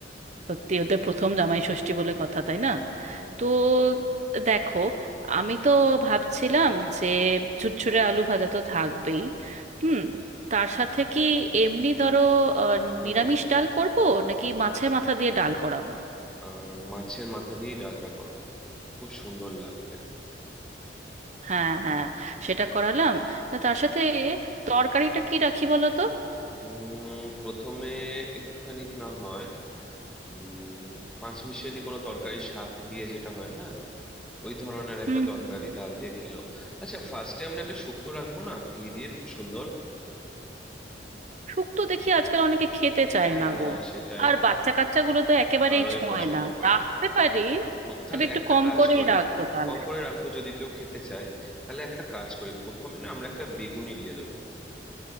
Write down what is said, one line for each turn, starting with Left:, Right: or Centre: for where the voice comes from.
Right: সত্যি ওদের প্রথম জামাই ষষ্ঠী বলে কথা তাই না
Centre: হুম
Right: তো দেখো আমি তো ভাবছিলাম যে ঝুরঝুরে আলু ভাজা তো থাকবেই হুম তার সাথে কি এমনি ধরো আহ,
Centre: হুম
Right: নিরামিষ ডাল করব নাকি মাছের মাথা দিয়ে ডাল করাবো
Centre: আহ, মাছের মাথা দিয়ে ডালটা করো খুব সুন্দর লাগবে
Right: হ্যাঁ হ্যাঁ সেটা করালাম তো তার সাথে তরকারিটা কি রাখি বলো তো
Centre: উম প্রথমে একটুখানি না হয় উম পাঁচমিশালি কোনো তরকারি শাক দিয়ে যেটা হয় না ওই ধরনের একটা
Right: হুম
Centre: তরকারি
Right: হুম
Centre: ডাল দিয়ে খেলো আচ্ছা ফার্স্টে আমরা একটা শুক্তো রাখবো না ঘি দিয়ে খুব সুন্দর
Right: শুক্তো দেখি আজকাল অনেকে খেতে চায়
Centre: হ্যাঁ
Right: না গো
Centre: সেটাই
Right: আর বাচ্চা কাচ্চাগুলো তো একেবারেই
Centre: আরোই
Right: ছোঁয়
Centre: পছন্দ
Right: না
Centre: করে
Right: রাখতে
Centre: না
Right: পারি
Centre: হুম তাহলে
Right: তবে একটু
Centre: একটা
Right: কম
Centre: কাজ
Right: করেই
Centre: করি
Right: রাখবো তাহলে
Centre: কম করে রাখবো যদি কেউ খেতে চায় তাহলে একটা কাজ করি প্রথমে না আমরা একটা বেগুনি দিয়ে দেবো